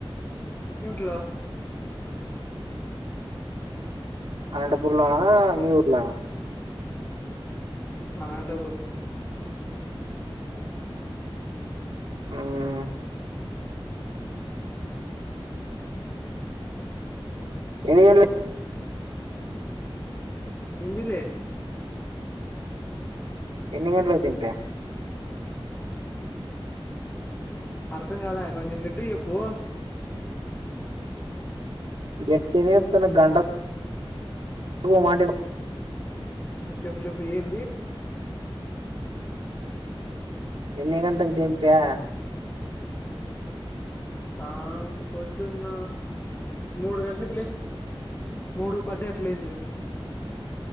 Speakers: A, on the left (about 20°); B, on the right (about 85°).
A: ఇంట్లో
B: అనంతపూర్ లోనా మీ ఊర్లో నా
A: అనంతపూర్
B: హుమ్ ఎన్ని గంట్ల
A: ఏంది లే
B: ఎన్ని గంటలకి దింపే
A: అర్థం కాలే కొంచెం గట్టిగా చెప్పు
B: గట్టిగనే చెప్తున్న గంటక్ కో మాట ఇనప్
A: హు చెప్పు చెప్పు ఏంది
B: ఎన్ని గంటకు దేంప్యా
A: ఆ మ్ పొద్దున్న మూడు గంట్లకు లే మూడు పది అట్లయింది.